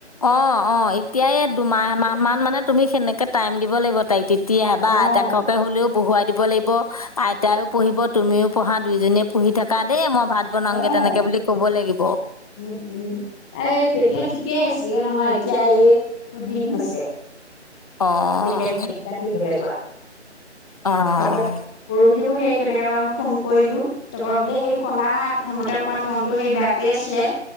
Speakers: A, on the left; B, in the centre.
A: অ', অ', এতিয়া দুমাহাহ মান মানে তুমি সেনেকে টাইম দিব লাগিব তাইক তেতিয়ে
B: অ',
A: বা আইতাককে হ'লেও বহুৱাই দিব লাগিব আইতও পঢ়িব তুমিও পঢ়া দুইজনীয়ে পঢ়ি থকা দেই মই ভাত বনাওগে
B: অ'।
A: তেনেকে বুলি ক'ব লাগিব।
B: উম উম এই তেতিয়া ঠিকেই আছিলে নহয় এতিয়া এই দুদিন হৈছে
A: অঁ
B: গকে এইটাকি হ'লে লোৱা
A: অঁ
B: তাৰাপা পৰহিও সেই তেনেকে মানই ফোন কৰিলো ত বোলে হেৰি কন্দা নাই প্ৰথমতে অকমান মনতটো হেৰি বেয়া কৰি আছিলে,